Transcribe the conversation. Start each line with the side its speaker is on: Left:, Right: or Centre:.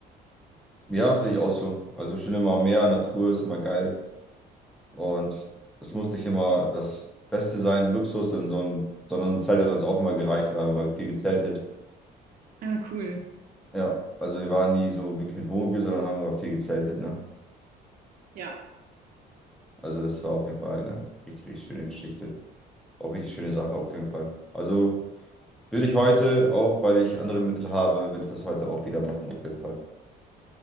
Centre: Ja, sehe ich auch so. Also schön immer mehr Natur ist immer geil. Und es muss nicht immer das Beste sein, Luxus, sondern so ein, sondern ein Zelt hat uns auch immer gereicht. Wir haben immer viel gezeltet.
Right: Ah, cool.
Centre: Ja, also wir waren nie so wirklich mit Wohnmobil, sondern haben immer viel gezeltet, ne?
Right: Ja.
Centre: Also das war auf jeden Fall eine richtig, richtig schöne Geschichte. Auch richtig schöne Sache auf jeden Fall. Also würde ich heute, auch weil ich andere Mittel habe, würde ich das heute auch wieder machen, auf jeden Fall.